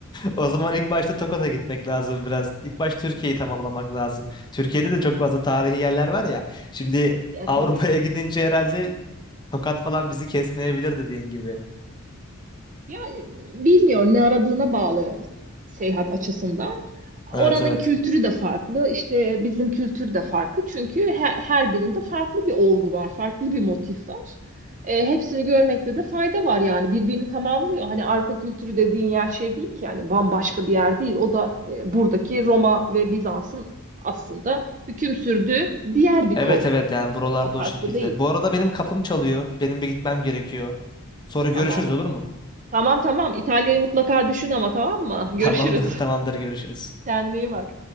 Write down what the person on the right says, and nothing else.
Ya
tabii.
Ya e, bilmiyorum ne aradığına bağlı seyahat açısından.
Oranın
kültürü de farklı, işte bizim kültür de farklı. Çünkü her, her birinde farklı bir olgu var, farklı bir motif var. E, hepsini görmekte de fayda var yani birbirini tamamlıyor. Hani Avrupa kültürü dediğin yer şey değil ki yani bambaşka bir yer değil. O da e, buradaki Roma ve Bizans'ın aslında hüküm sürdüğü diğer bir
kol.
Ha, farklı
değil.
Tamam.
Tamam tamam. İtalya'yı mutlaka düşün ama tamam mı?
Görüşürüz.
Kendine iyi bak.